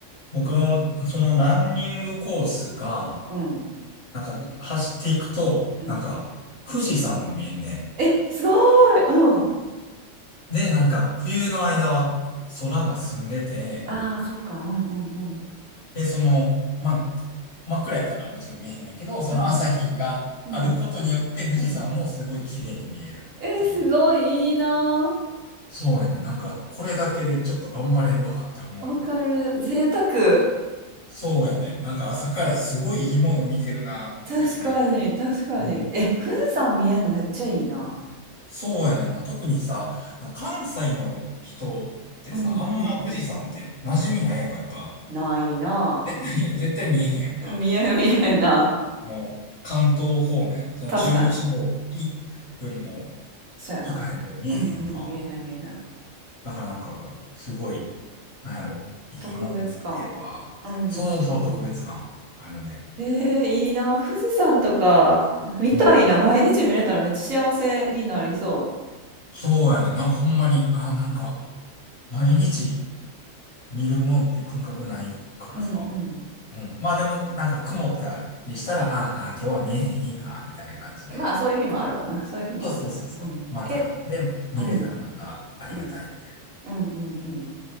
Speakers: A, on the left; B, on the right.
A: 僕の、そのランニングコースが、
B: うん
A: なんか走っていくと、
B: うん。
A: なんか富士山も見えんね
B: え、すごいうん。
A: ん。で、なんか冬の間は空が澄んでて、
B: ああ、そっか、うんうんうん。
A: で、その、まあ、真っ暗やったらもちろん見えへんねんけど、その朝日があることによって富士山もすごい綺麗に見えるっていう。
B: うん、うん、うん。えー、すごいいいな
A: そうやね。なんかこれだけでちょっと頑張れるわって思う。
B: ー。わかる。贅沢。
A: そうやね。なんか朝からすごいいいもの見てるなって思いなが
B: 確かに、確かに。
A: ら。うん。
B: え、富士山見えんのめっちゃいいな。
A: そうやねんな。特にさ、関西の人ってさ、
B: うんうんうん。
A: あんま富士山って馴染みないやんか、やっぱ。
B: ないな
A: <laughs> 絶対見えへんやんか。
B: あ。見えん、見えへんな。
A: もう、関東方面、その中部地方いよりも
B: 確かに。そうやな。
A: 行かへんと見えへんやんか。
B: うんうん、見えへん、見えへん。
A: だからなんか、すごい、なんやろ、いいもん見てるわーって。
B: 特別感。うんうんうん。
A: そうそうそう、特別感あるね。
B: えー、いいな。富士山とか、見たいな。
A: うん。
B: 毎日見れたらめっちゃ幸せになりそ
A: そうやねん。なんかほんまに、ああ、なんか、毎日、見るもんっていう感覚ないからさ。
B: う。うんうん
A: うん。まあでも、なんか曇ったりしたら、ああ、ああ今日は見えへん日か、みたいな感じで。
B: まあ、そういう日もあるわな。そういう日もあるな。
A: そうそうそうそう。
B: うん。
A: また。
B: え、
A: で、見れたらまたありがたい、
B: うん、うん、
A: みたい
B: うん、うん、うん。